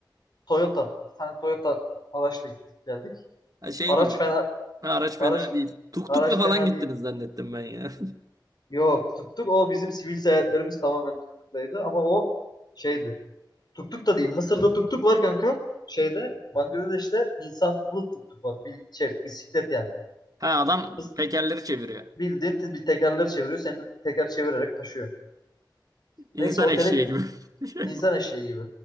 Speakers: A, on the left; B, on the right.
A: Toyota. Bir tane Toyota araçla gittik geldik.
B: Ha, şey
A: Araç
B: gibi.
A: fena
B: Ha, araç
A: araç
B: fena değil. Tuk
A: araç
B: tukla falan
A: fena
B: gittiniz
A: değil.
B: zannettim ben ya. <laughs>
A: Yok tuk tuk o bizim sivil seyahatlerimiz tamamen tuk tuklaydı ama o şeydi. tuk tuk da değil. Mısır'da tuk tuk var kanka. Şeyde Bangladeş'te insanlı tuk tuk var. Bil, şey, bisiklet yani.
B: Ha adam
A: Bıs-
B: tekerleri çeviriyor.
A: Bildiğin te- bir tekerler çeviriyor. Seni teker çevirerek taşıyor.
B: İnsan
A: Neyse otele
B: eşeği
A: git-
B: gibi. <laughs> Şey
A: insan
B: var.
A: eşeği gibi.